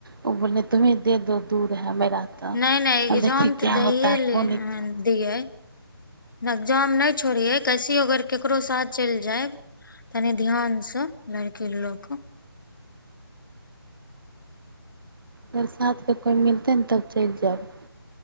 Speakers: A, on the right; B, on the left.
A: ओ बोल तुमही दे दो दू है मेरा तो
B: नहि नहि एग्जाम
A: अब देखिए
B: तऽ
A: क्या
B: दैए
A: होता है
B: ले
A: कौन एग्जाम
B: दियै। नकजो हम नहि छोड़ी है कैसी अगर केकरो साथ चलि जायब तनि ध्यान से लड़की लोग क
A: तर साथकेँ कोइ मिलतै ने तब चलि जायब।